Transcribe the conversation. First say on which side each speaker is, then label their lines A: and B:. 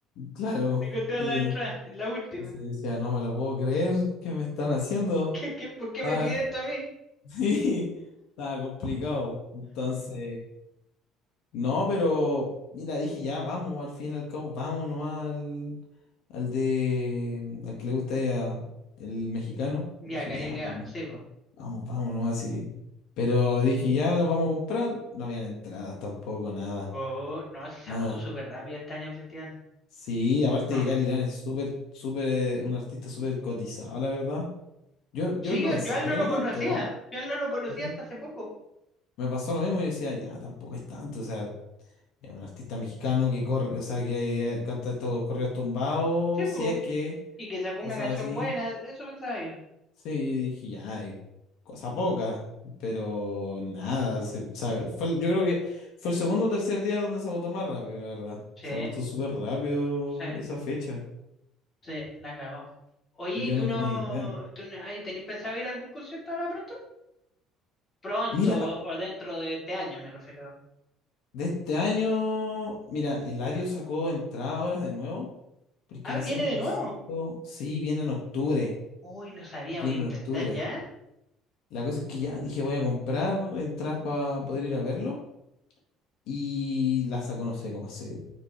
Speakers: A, on the left; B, on the left.
A: claro.
B: de cortar
A: Entonces,
B: la entrada, en la última.
A: entonces decía, no me lo puedo creer, ¿qué me están haciendo?
B: ¿Qué, qué, por qué
A: Estaba,
B: me pide esto a
A: <laughs>
B: mí?
A: sí, estaba complicado. Entonces, no, pero mira, dije, ya, vamos, al fin y al cabo, vamos nomás al, al de, al que le gusta a ella, el mexicano.
B: Ya,
A: Dije,
B: Karim
A: ya,
B: León,
A: vamos.
B: sí, po.
A: Vamos, vamos nomás así. Pero dije, ya los vamos a comprar. No habían entradas tampoco, nada.
B: Po, no, si se
A: Nada.
B: agotó súper rápido este año el festival.
A: Sí, aparte
B: Ah.
A: que Cari Lan es súper, súper, un artista súper cotizado, la verdad. Yo, yo
B: Sí,
A: no
B: yo,
A: pensaba
B: yo a él no
A: que
B: lo
A: era
B: conocía,
A: tanto.
B: ¿eh? yo a él no lo conocía
A: Sí.
B: hasta hace poco.
A: Me pasó lo mismo y decía, ya, tampoco es tanto. O sea, es un artista mexicano que corre, o sea, que eh, canta estos correos tumbados,
B: Sí, po.
A: si es que,
B: Y que sacó
A: cosas
B: una canción
A: así.
B: buena, eso pensaba yo.
A: Sí, yo dije, ya, eh, cosa poca, pero nada, se- se- fue, el- yo creo que fue el segundo o tercer día donde se agotó más rápido, la verdad.
B: Sí,
A: Se agotó súper rápido
B: sí,
A: esa fecha.
B: sí, la cagó. Oye,
A: Yo
B: ¿y tú
A: no
B: no,
A: tenía idea.
B: tú no- ay, tenés pensado ir a algún concierto ahora pronto? Pronto
A: Mira,
B: o dentro de este año, me refiero.
A: de este año, mira, Eladio sacó entrada ahora de nuevo, porque
B: Ah,
A: va
B: viene
A: a ser un
B: de
A: concierto,
B: nuevo.
A: sí, viene en octubre,
B: Uy, no sabía,
A: viene
B: voy a intentar
A: en octubre.
B: ya.
A: La cosa es que ya dije, voy a comprar entradas para poder ir a verlo, y las sacó, no sé, cómo hace.